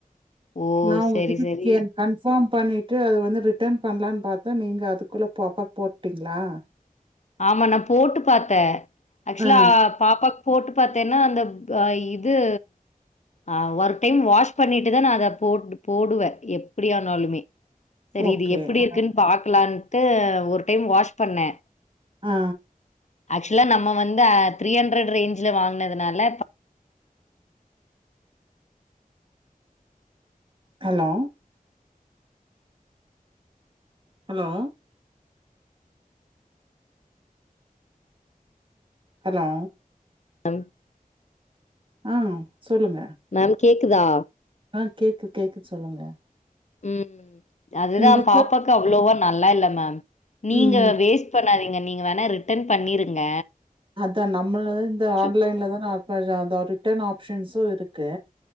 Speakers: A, on the left; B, on the right.
A: ஓ!
B: நா உங்க
A: சரி,
B: கிட்ட
A: சரி.
B: கே கன்ஃபார்ம் பண்ணிட்டு அது வந்து ரிட்டர்ன் பண்ணலானு பாத்தா நீங்க அதுக்குள்ள பாப்பாக்கு போட்டிங் ங்ளா
A: ஆமா நா போட்டு பாத்தே ஆக்சுலா
B: ஆ.
A: பாப்பாக்கு போட்டு பாத்தேன்னா அந்தப் அ இது ஆ ஒரு டைம் வாஷ் பண்ணிட்டுதா நா அத போட் போடுவே எப்டி ஆனாலுமே செரி
B: ஓகே.
A: இது எப்டி இருக்குன்னு
B: ஆ.
A: பாக்கலான்ட்டு ஒரு டைம் வாஷ் பண்ணே
B: ஆ
A: ஆக்சுலா நம்ம வந்து த்ரீ ஹண்ட்ரடு ரேஞ்ச்ல வாங்னதுனால
B: ஹலோ ஹலோ ஹலோ
A: <inaudible>
B: ஆ சொல்லுங்க
A: மேம் கேக்குதா
B: ஆ கேக்கு கேக்கு சொல்லுங்க
A: ம் அதுதா
B: உங்களுக்கு
A: பாப்பாக்கு
B: தான்
A: அவ்ளோவா நல்லா இல்ல மேம் நீங்க
B: ம்.
A: வேஸ்ட் பண்ணாதீங்க நீங்க வேணா ரிட்டன் பண்ணிருங்க
B: அதா நம்மள இந்த
A: சு
B: ஆன்லைன்லதானே ஆஃபர் அதா ரிட்டன் ஆப்ஷன்ஸு இருக்கு